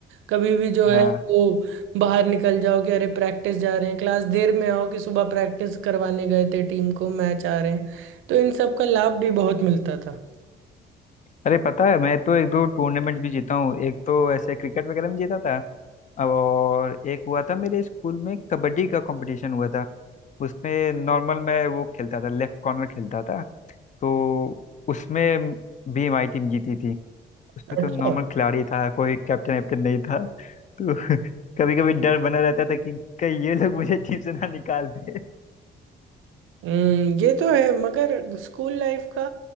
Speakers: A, on the right (about 80°); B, on the left (about 40°).
A: कभी भी जो है
B: हाँ
A: वो बाहर निकल जाओ कि अरे प्रैक्टिस जा रहे हैं क्लास देर में आओ कि सुबह प्रैक्टिस करवाने गए थे टीम को मैच आ रहे हैं तो इन सब का लाभ भी बहुत मिलता था
B: अरे पता है मैं तो एक दो टूर्नामेंट भी जीता हूँ एक तो ऐसे क्रिकेट वगैरह में जीता था और एक हुआ था मेरे स्कूल में कबड्डी का कंपटीशन हुआ था उसमें नॉर्मल मैं वो खेलता था लेफ्ट कॉर्नर खेलता था तो उसमें भी हमारी टीम जीती थी उसमें
A: अच्छा
B: तो नॉर्मल खिलाड़ी था कोई कैप्टन वैप्टन नहीं था तो <laughs> कभी कभी डर बना रहता था कि कहीं ये लोग मुझे टीम से ना निकाल दे
A: हम्म ये तो है मगर स्कूल लाइफ का